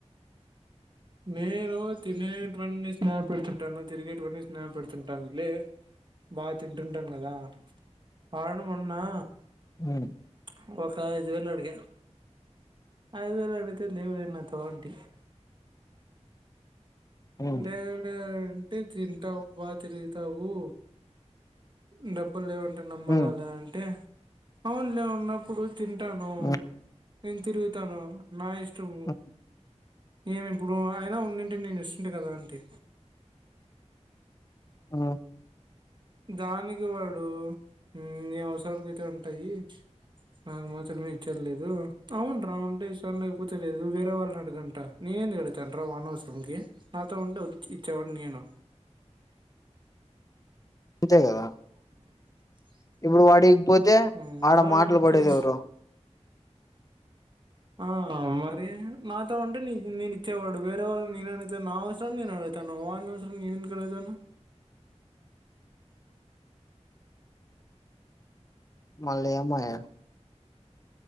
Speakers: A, on the right; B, on the left.
A: నేను తినేటవీ స్నాప్ పెడుతుంటాను తిరిగేటువన్నీ స్నాప్ పెడుతుంటాను లే బాగ తింటుంటాను కదా ఆను మున్ నా
B: ము
A: <inaudible> ఐదువెలడిగా ఐదు వేలు అడిగితే లేవె నా తో అండి <inaudible>
B: హ్మ్
A: లేద్ లెద్ ఉంటే తింటావు బా తిరుగుతావు నబ్ <inaudible> డబ్బులు లేవంటే నమ్మాలి
B: హ్మ్
A: లె అంటే అవును లె వున్నప్పుడు తింటాను
B: హ్మ్
A: నేను తిరుగుతాను నా ఇష్ చెపు
B: హ్మ్
A: ఏమి ఇప్పుడు అయినా ఉంసుంటి నేను ఇస్తుంటే కదా అంటి
B: ఆ
A: దానికి వాడు నీ అవసరకైతే ఉంటాయి నాకు మాత్రమే ఇచ్చేది లేదు అవున్రా ఉంటే ఇస్తా లే లేదు వేరే వాళ్ళు అడగంట నేనెందుకు అడుగుతాను రా వానీ అవసరంకి నాతో ఉంటే ఇచ్చేవాడిని నేను
B: అంతే కదా
A: <inaudible>
B: ఇప్పుడు వాడి పోతే
A: ఉమ్,
B: ఆడ
A: దానికి
B: మాటలు పడేది ఎవరు
A: ఆ మరి నాతో ఊంటే నేను ఇచ్చేవాడు వేరే వాళ్ళని నేను అడుగుతాను నా అవసరనీకి నేను అడుగుతాను వాని అవసరం నేను ఎందుకు అడుగుతాను
B: మల్లెమాయే